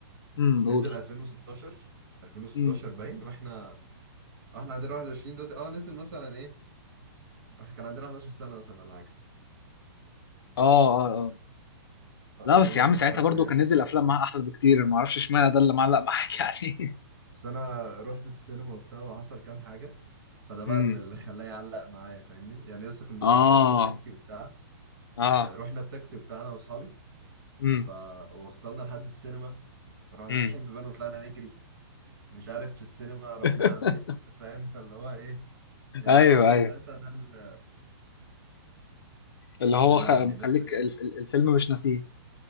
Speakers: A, on the left; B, on the right.
A: امم
B: نزل
A: قول
B: 2016 2016
A: امم
B: باين واحنا واحنا عندنا 21 دلوقتي اه نزل مثلا ايه احنا كان عندنا 11 سنة مثلا ولا حاجة
A: اه اه اه
B: آه،
A: لا
B: الميموريز
A: بس يا عم ساعتها
B: بتاعته
A: برضو
B: هي
A: كان
B: اللي
A: نزل افلام
B: فاهم
A: معاها احلى بكتير أنا ما اعرفش اشمعنى ده اللي معلق معاك يعني
B: بس انا رحت السينما وبتاع وحصل كام حاجه
A: <laughs>
B: فده بقى
A: امم
B: اللي خلاه يعلق معايا فاهمني يعني لسه كنا
A: اه
B: رحنا بتاكسي وبتاع
A: اه
B: آه، رحنا بتاكسي وبتاع انا واصحابي
A: امم
B: فوصلنا لحد السينما رحنا
A: امم
B: فاتحين بيبان وطلعنا نجري مش عارف في السينما رحنا
A: <laughs>
B: عاملين إيه، فاهم فاللي هو ايه اللي
A: ايوه
B: حصل
A: ايوه
B: ساعتها ده اللي
A: اللي هو
B: ده اللي
A: خ...
B: عاملني
A: مخليك
B: بس
A: الف... الفيلم مش ناسيه